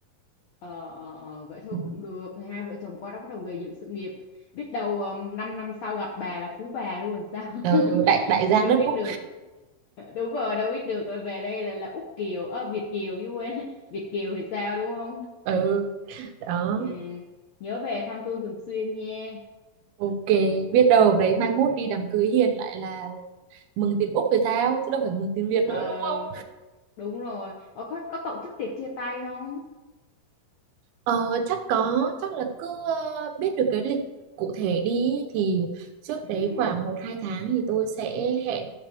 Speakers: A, on the left; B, on the right.
A: ờ, ờ, ờ, vậy thôi
B: ừ.
A: cũng được Thì hai vợ chồng qua đó bắt đầu gây dựng sự nghiệp biết đâu 5 năm năm sau gặp bà là phú bà luôn sao
B: Ờ,
A: <laughs>
B: đại đại gia
A: đâu
B: đất
A: biết
B: Úc
A: được đúng rồi đâu biết được rồi về đây là là Úc Kiều ờ, Việt Kiều chứ quên <laughs> Việt Kiều thì sao đúng không
B: ừ đó
A: ừ. nhớ về thăm tôi thường xuyên nha
B: ok biết đâu đấy mai mốt đi đám cưới hiền lại là mừng tiền Úc rồi sao chứ đâu phải mừng tiền Việt
A: ờ,
B: nữa đúng không
A: đúng rồi ờ, có có tổ chức tiệc chia tay không
B: Ờ, chắc có chắc là cứ ờ, biết được cái lịch cụ thể đi thì trước đấy
A: ừ.
B: khoảng một hai tháng thì tôi sẽ hẹn